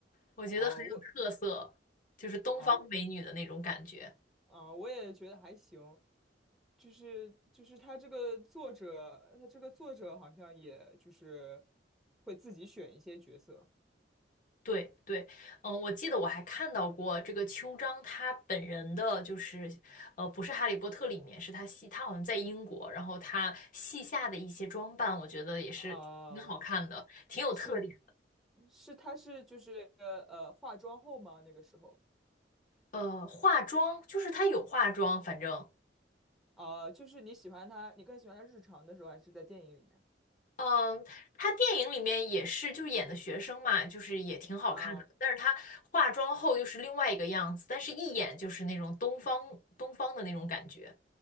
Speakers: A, on the left (about 45°); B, in the centre.
A: 我觉得很有特色，
B: 啊，我
A: 就是东方美女的那种感觉。
B: 啊我啊，我也觉得还行，就是就是他这个作者，他这个作者好像也就是会自己选一些角色
A: 对对，嗯，我记得我还看到过这个秋张他本人的，就是呃，不是《哈利波特》里面，是他戏，他好像在英国，然后他戏下的一些装扮，我觉得也是挺好看的，
B: 啊，
A: 挺有特点。
B: 是是他是就是呃化妆后吗？那个时候
A: 呃，化妆就是他有化妆，反正
B: 啊，就是你喜欢他，你更喜欢他日常的时候，还是在电影里面？
A: 嗯，他电影里面也是，就是演的学生嘛，就是也挺好看的。
B: 嗯，
A: 但是他化妆后就是另外一个样子，但是一眼就是那种东方东方的那种感觉。